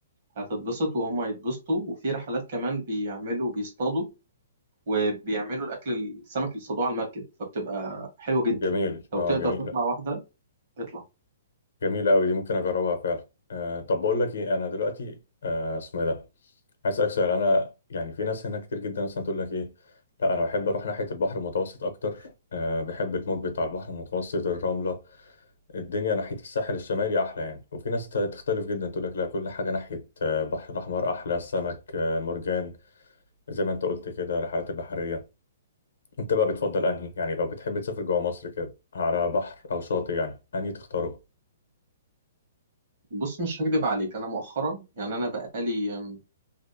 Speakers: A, on the right (about 40°); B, on the left (about 75°).
A: هتتبسط وهم هيتبسطوا وفي رحلات كمان بيعملوا بيصطادوا وبيعملوا الاكل السمك اللي صادوه على المركب فبتبقى حلوه جدا
B: جميل
A: لو
B: اه
A: تقدر
B: جميل
A: تطلع واحده اطلع
B: جميلة أوي دي ممكن أجربها فعلا أه طب بقول لك إيه أنا دلوقتي آه، اسمه إيه ده عايز أسألك سؤال أنا يعني في ناس هنا كتير جدا مثلا تقول لك إيه لا أنا بحب أروح ناحية البحر المتوسط أكتر أه بحب الموج بتاع البحر المتوسط الرملة الدنيا ناحية الساحل الشمالي أحلى يعني وفي ناس ت- تختلف جدا تقول لك لا كل حاجة ناحية آه، البحر الأحمر أحلى السمك آه، المرجان زي ما أنت قلت كده الرحلات البحرية أنت بقى بتفضل أنهي يعني لو بتحب تسافر جوه مصر كده على بحر أو شاطئ يعني أنهي تختاره؟
A: بص مش هكدب عليك انا مؤخرا يعني انا بقالي أم،